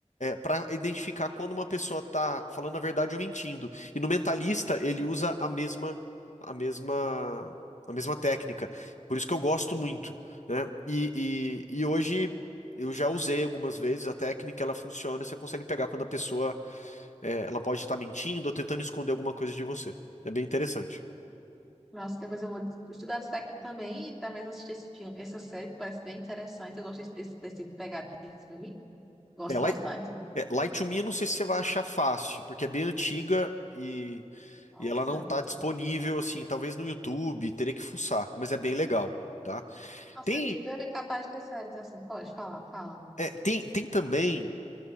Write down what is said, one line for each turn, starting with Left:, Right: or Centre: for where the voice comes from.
Left: para identificar quando uma pessoa está falando a verdade ou mentindo. E no mentalista ele usa a mesma a mesma a mesma técnica. Por isso que eu gosto muito, né? E, e, e hoje eu já usei algumas vezes a técnica, ela funciona, você consegue pegar quando a pessoa é, ela pode estar mentindo ou tentando esconder alguma coisa de você. É bem interessante.
Centre: Nossa, depois eu vou estudar isso daqui também e talvez assistir esse filme, essa série que parece bem interessante. Eu gostei desse, desse pegado de filme. Gosto
Left: Ela,
Centre: bastante.
Left: É, Light to Me, não sei se você vai achar fácil, porque é bem antiga e,
Centre: Nossa.
Left: e ela não tá disponível, assim, talvez no YouTube, teria que fuçar, mas é bem legal, tá?
Centre: Nossa,
Left: Tem,
Centre: o YouTube era capaz de ter séries assim. Pode falar, fala.
Left: é, tem, tem também